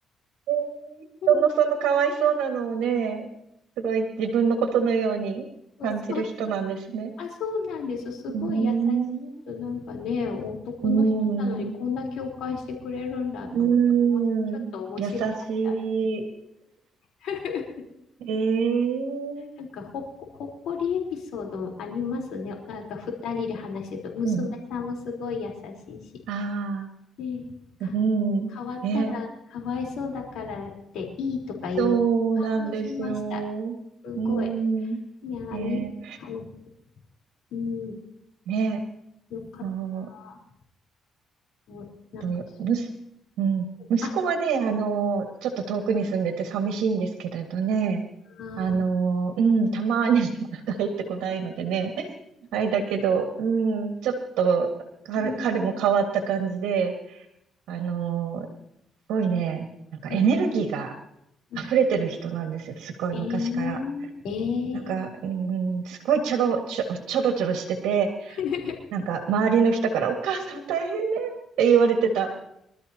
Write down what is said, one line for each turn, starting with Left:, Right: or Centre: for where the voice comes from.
Right: えー人のそのかわいそうなのをね、
Left: もう
Right: すごい自分のことのように感じる人なんですね。
Left: そうそうそう。あ、そうなんです。すごい優しい人。
Right: うーん、
Left: なんかね、男の人なのにこんな共感してくれるんだと思って、
Right: うーん、うーん、
Left: おもし、ちょっと面白かった。
Right: 優しい。
Left: <laughs>
Right: <laughs> ええ
Left: なんかほっこ、ほっこりエピソードもありますね。なんか二人で話してると、娘さんもすごい優しいし、
Right: うん。あ
Left: ね、か、
Right: あ、うん。
Left: 変わったらかわいそうだからっていいとか言う、
Right: ね。そうなんですよ。
Left: 感動しました。すごい。
Right: うん。
Left: いやー、
Right: ね。
Left: いい話。うん、
Right: ね。
Left: よかった。
Right: あの、
Left: もうなんか、
Right: どうよ、むす、うん。息子はね、
Left: あ、
Right: あの、ちょっと遠くに住んでて寂しいんですけれどね。
Left: あー
Right: あの、うん、たまに <laughs> 帰ってこないのでね。はい、だけど、うん、ちょっと、彼、
Left: うん、
Right: 彼も変わった感じで、あの、すごいね、なんかエネルギーが、
Left: うん、うん。
Right: 溢れてる人なんですよ。すごい昔から。
Left: えー、え
Right: なんか、
Left: ー。
Right: うーん、すごいちょろちょ、ちょろちょろしてて、
Left: <laughs>
Right: なんか周りの人からお母さん大変ねって言われてた。